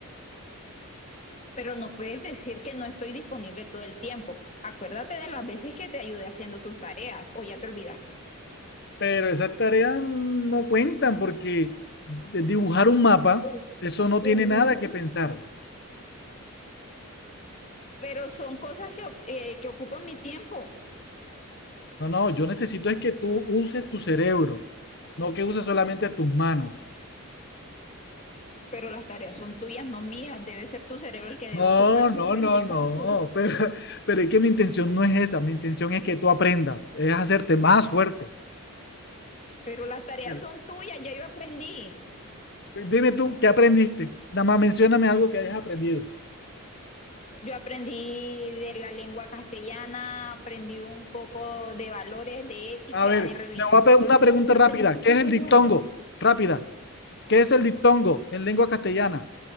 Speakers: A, on the left (about 30°); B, on the left (about 50°).
A: pero no puedes decir que no estoy disponible todo el tiempo. Acuérdate de las veces que te ayudé haciendo tus tareas o ya te olvidaste.
B: Pero esas tareas no cuentan porque de- dibujar un mapa,
A: ¿Por
B: eso no
A: qué
B: tiene
A: no?
B: nada que pensar.
A: Pero son cosas que, eh, que ocupan mi tiempo,
B: No, no, yo necesito es que tú uses tu cerebro, no que uses solamente tus manos.
A: pero las tareas son tuyas, no mías. Debe ser tu cerebro el que debe
B: No,
A: ocuparse
B: no,
A: y ejercitarse.
B: no, no, pero, <laughs> pero es que mi intención no es esa, mi intención es que tú aprendas, es hacerte más fuerte.
A: Pero las tareas
B: Mira,
A: son tuyas, ya yo aprendí.
B: dime tú, ¿qué aprendiste? Nada más mencióname algo que hayas aprendido.
A: Yo aprendí de la lengua castellana, aprendí un poco de valores, de ética,
B: A ver,
A: de religión,
B: te voy a pe- una pregunta
A: pero matemáticas
B: rápida, ¿qué es el
A: no.
B: diptongo? Rápida, ¿qué es el diptongo en lengua castellana?